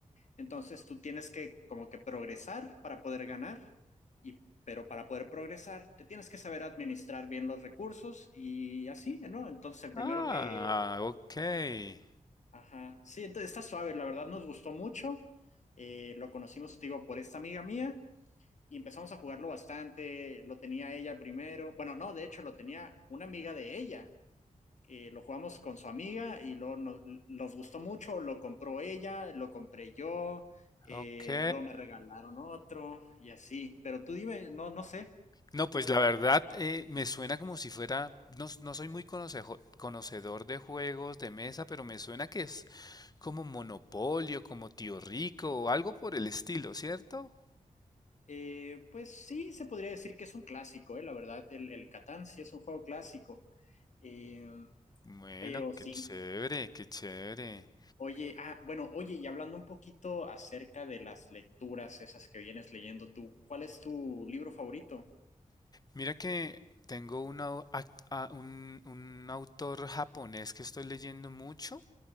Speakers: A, on the left (about 65°); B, on the left (about 30°).
A: Entonces tú tienes que como que progresar para poder ganar, y, pero para poder progresar te tienes que saber administrar bien los recursos y así, ¿no? Entonces el
B: Ah,
A: primero que...
B: ok,
A: Ajá, sí, entonces está suave, la verdad nos gustó mucho, eh, lo conocimos, te digo, por esta amiga mía y empezamos a jugarlo bastante, lo tenía ella primero, bueno, no, de hecho lo tenía una amiga de ella eh, lo jugamos con su amiga y luego no- nos gustó mucho, lo compró ella, lo compré yo, eh,
B: ok.
A: luego me regalaron otro y así. Pero tú dime, no, no sé.
B: No, pues
A: No,
B: la verdad eh, me suena como si fuera, no, s- no soy muy conocejo- conocedor de juegos de mesa, pero me suena que es como Monopolio, como Tío Rico o algo por el estilo, ¿cierto?
A: eh, pues sí, se podría decir que es un clásico, eh, la verdad, el, el Catán sí es un juego clásico. Eh,
B: Bueno,
A: pero sí.
B: qué chévere, qué chévere.
A: Oye, ah, bueno, oye, y hablando un poquito acerca de las lecturas esas que vienes leyendo tú, ¿cuál es tu libro favorito?
B: Mira que tengo una au- ac- a- un, un autor japonés que estoy leyendo mucho